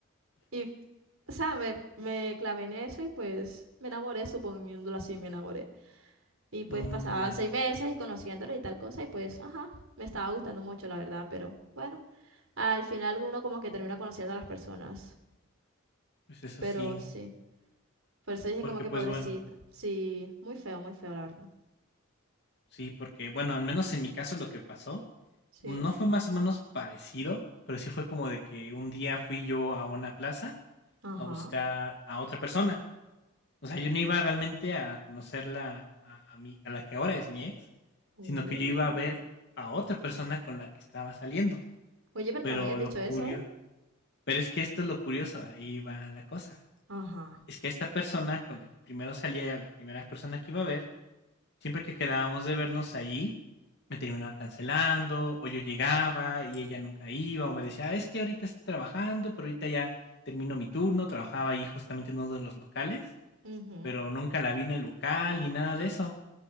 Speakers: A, on the right; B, on the left.
A: Y, o sea, me, me clavé en eso y pues me enamoré, suponiéndolo así, me enamoré. Y pues
B: Mm,
A: pasaban
B: ya,
A: seis meses y conociéndolo y tal cosa y pues, ajá, me estaba gustando mucho, la verdad, pero bueno, al final uno como que termina conociendo a las personas,
B: pues eso
A: pero
B: sí.
A: sí. Por eso dije
B: Porque
A: como que
B: pues
A: pobrecita.
B: bueno,
A: Sí, muy feo, muy feo, la verdad.
B: sí, porque bueno, al menos en mi caso lo que pasó
A: Sí.
B: no fue más o menos parecido, pero sí fue como de que un día fui yo a una plaza
A: Ajá.
B: a buscar a otra persona. O sea, yo no iba realmente a conocerla a a mi a la que ahora es mi ex,
A: Oh.
B: sino que yo iba a ver a otra persona con la que estaba saliendo.
A: Oye, pero
B: Pero
A: no me hayas dicho
B: lo
A: eso,
B: curio
A: ¿eh?
B: pero es que esto es lo curioso, ahí va la cosa.
A: Ajá.
B: Es que esta persona con la que primero salía, era la primera persona que iba a ver, siempre que quedábamos de vernos allí, me terminaba cancelando, o yo llegaba y ella nunca iba, o me decía, "Ah, es que ahorita estoy trabajando, pero ahorita ya termino mi turno, trabajaba ahí justamente en uno de los locales
A: Ujú.
B: pero nunca la vi en el local ni nada de eso.